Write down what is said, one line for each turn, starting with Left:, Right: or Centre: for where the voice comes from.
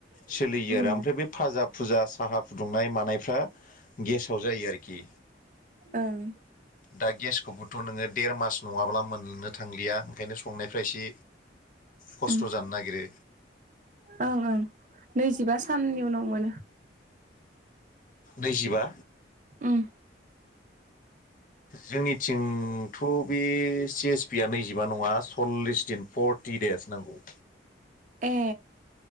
Left: सोलियो
Right: उम
Left: आरो ओमफ्राय बे भाजाब फुजा साहा फुदुंनाय मानायफ्रा गेसाव जायो आरोखि।
Right: ओं
Left: दा गेसखौबोथ' नोङो देर मास नङाब्ला मोननो थांलिया ओंखायनो फ्रायसे खस्थ'
Right: उम
Left: जानो नागिरो।
Right: ओं ओं नैजिबा साननि उनाव मोनो।
Left: नैजिबा?
Right: उम,
Left: जोंनिथिंथ' बे सि एस पि आ नैजिबा नङा सल्लिस दिन पर्ट टि देस नांगौ।
Right: ए